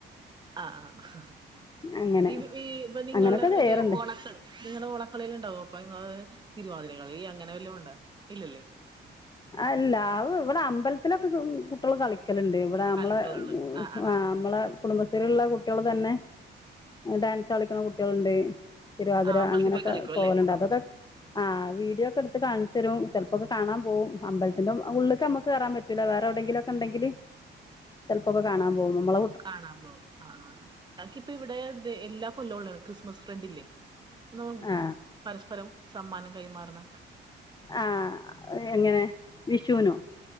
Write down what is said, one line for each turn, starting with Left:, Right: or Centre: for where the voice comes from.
Right: ആഹ് ആഹ്
Left: അങ്ങനെ
Right: ഈ ഇപ്പൊ നിങ്ങൾടെ
Left: അങ്ങനൊക്കെ
Right: മറ്റേ
Left: ചെയ്യാറുണ്ട്
Right: ഓണ സ നിങ്ങടെ ഓളക്കളിയെല്ലാം ഇണ്ടാവൊ? അപ്പൊ തിരുവാതിരകളി അങ്ങനെ വല്ലോം ഉണ്ടോ? ഇല്ലല്ലേ?
Left: അല്ല അഹ് ഇവടെ അമ്പലത്തിലൊക്കെ കുട്ടികള് കളിക്കും കളിക്കല്ണ്ട് ഇവിടെ നമ്മളെ
Right: കളിക്കളുള്ളു ആ ആ
Left: ആഹ്
Right: ആ
Left: അമ്മളെ കുടുംബത്തില്ള്ള കുട്ടികള് തന്നെ ഡാൻസ് കളിക്ക്ണ കുട്ടികള്ണ്ട് തിരുവാതിര
Right: ആ അമ്പലത്തിൽ
Left: അങ്ങനെക്കെ
Right: പോയി കളിക്കും
Left: പോവല്ണ്ട്
Right: അല്ലേ
Left: അതൊക്കെ ആഹ് വീഡിയോക്കെ എടുത്ത് കാണിച്ചെരും ചെലപ്പൊക്കെ കാണാൻ പോകും അമ്പല പിന്നെ ഔ ഉള്ള്ക്ക് നമ്മക്ക് കയറാൻ പറ്റൂല്ല വേറെ എവിടെങ്കിലൊക്കെ ഇണ്ടെങ്കില് ചെലപ്പൊക്കെ കാണാൻ പോകും നമ്മള
Right: കാണാൻ പോകും ആഹ് ആഹ് അൻകി ഇപ്പ ഇവിടെ ഇതെ എല്ലാ കൊല്ലോള്ളു ഞൻക് ക്രിസ്മസ് ഫ്രണ്ടില്ലേ ന
Left: ആ
Right: പരസ്പരം സമ്മാനം കൈമാറ്ണ
Left: ആഹ് എ എങ്ങനെ വിഷുവിനോ